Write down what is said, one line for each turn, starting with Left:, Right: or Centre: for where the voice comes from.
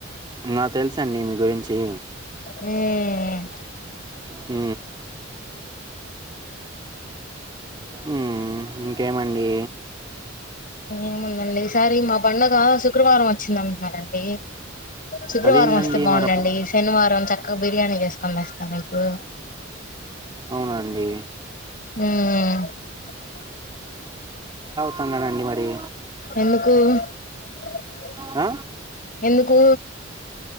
Right: నా తెలుసు అండి మీ గురించి.
Left: హ్
Right: హ్ మ్మ్. ఇంకేమండి.
Left: ఏముందండి ఈసారి మా పండుగ శుక్రవారం వచ్చిందంటున్నారండి. శుక్రవారం
Right: అదేంటండి
Left: వస్తే బావుండండి,
Right: మరి అప్పు-
Left: శనివారం చక్కగా బిర్యానీ చేసుకొని తేస్తా నీకు.
Right: అండి
Left: హ్మ్
Right: కష్టం కదా అండి మరి.
Left: ఎందుకు <inaudible>
Right: ఆ
Left: ఎందుకు?